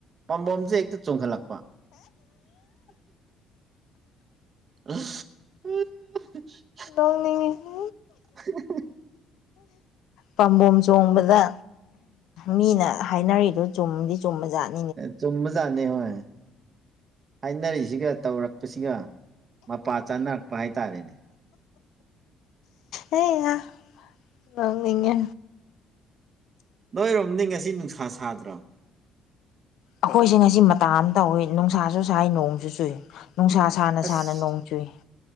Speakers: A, on the right; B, on the left.
A: ꯄꯥꯝꯕꯣꯝꯁꯦ ꯍꯦꯛꯇ ꯆꯣꯡꯍꯠꯂꯛꯄ ꯑ ꯎ <inaudible>
B: ꯅꯣꯛꯅꯤꯡꯉꯦ
A: ꯎ <inaudible>
B: ꯄꯥꯝꯕꯣꯝ ꯆꯣꯡꯕꯗ ꯃꯤꯅ ꯍꯥꯏꯅꯔꯤꯗꯣ ꯆꯨꯝꯗꯤ ꯆꯨꯝꯕꯖꯥꯠꯅꯤ
A: ꯆꯨꯝꯕꯖꯥꯠꯅꯤ ꯍꯣꯢ ꯍꯥꯏꯅꯔꯤꯁꯤꯒ ꯇꯧꯔꯛꯄꯁꯤꯒ ꯃꯄꯥ ꯆꯅꯥ ꯄ ꯍꯥꯏ ꯇꯥꯔꯦꯅꯦ
B: ꯑꯩꯍꯥ ꯅꯣꯛꯅꯤꯡꯉꯦ
A: ꯅꯣꯏꯔꯣꯝꯗꯤ ꯉꯁꯤ ꯅꯨꯡꯁꯥ ꯁꯥꯗ꯭ꯔꯣ
B: ꯑꯩꯈꯣꯏꯁꯦ ꯉꯁꯤ ꯃꯇꯥ ꯑꯃ ꯇꯧꯏꯋꯦ ꯅꯨꯡꯁꯥꯁꯨ ꯁꯥꯏ ꯅꯣꯡꯁꯨ ꯆꯨꯏ ꯅꯨꯡꯁꯥ ꯁꯥꯅ
A: ꯑꯁ
B: ꯁꯥꯅ ꯅꯣꯡ ꯆꯨꯏ